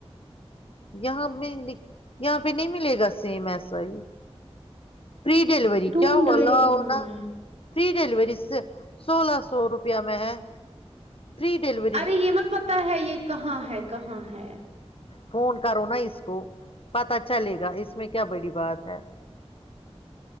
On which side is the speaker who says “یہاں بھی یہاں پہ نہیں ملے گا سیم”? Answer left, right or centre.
Left